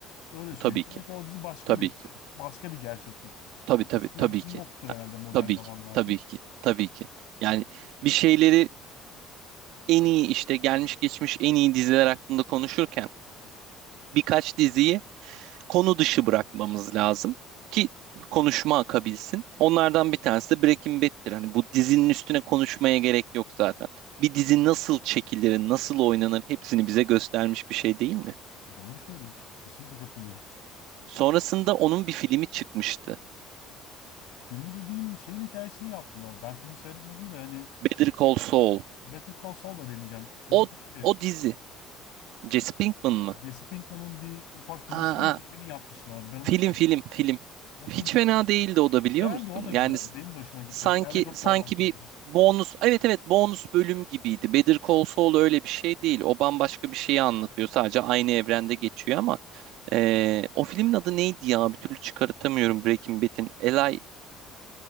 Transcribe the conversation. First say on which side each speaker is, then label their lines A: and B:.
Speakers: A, on the left (about 65°); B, on the right (about 65°).
A: Öyle söyleyeyim
B: Tabii
A: sana
B: ki.
A: ki o dizi başka
B: Tabii
A: bir
B: ki.
A: başka bir gerçeklik.
B: Tabii
A: Onun
B: tabii
A: üstüne
B: tabii
A: dizi
B: ki.
A: yoktur herhalde modern
B: Tabii
A: zamanlarda.
B: ki. Tabii ki. Tabii ki. Yani bir şeyleri en iyi işte gelmiş geçmiş en iyi diziler hakkında konuşurken birkaç diziyi konu dışı bırakmamız lazım ki konuşma akabilsin. Onlardan bir tanesi de Breaking Bad'tir. Hani bu dizinin üstüne konuşmaya gerek yok zaten. Bir dizi nasıl çekilir, nasıl oynanır hepsini bize göstermiş bir şey değil mi?
A: Doğru söylüyorsun. Kesinlikle katılıyorum.
B: Sonrasında onun bir filmi çıkmıştı.
A: Filmi dediğin şeyin hikayesini yaptılar. Ben filmi seyretmedim de hani
B: Better Call Saul.
A: Better Call Saul da demeyeceğim. Çocuk
B: O
A: neydi?
B: o dizi. Jesse Pinkman mı?
A: Jesse Pinkman'ın bir ufak dizisinin
B: Aa, aa,
A: filmini yapmışlardı. Ben onu
B: film
A: seyrettim.
B: film film.
A: O filmi
B: Hiç fena
A: seyrettim.
B: değildi o da
A: Güzeldi,
B: biliyor musun?
A: o da güzeldi.
B: Yani s-
A: Benim de hoşuma gitti.
B: Sanki
A: Hikayeyle çok
B: sanki
A: bağlantılıydı.
B: bir bonus evet evet bonus bölüm gibiydi. Better Call Saul öyle bir şey değil. O bambaşka bir şeyi anlatıyor. Sadece aynı evrende geçiyor ama eee, o filmin adı neydi ya? Bir türlü çıkartamıyorum Breaking Bad'in. Eli